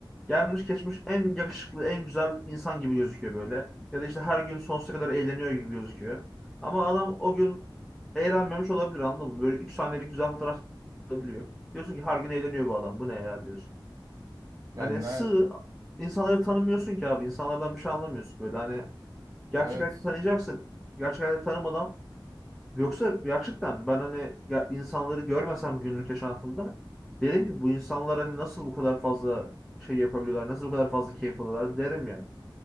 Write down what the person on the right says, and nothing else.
Yani
ne
evet.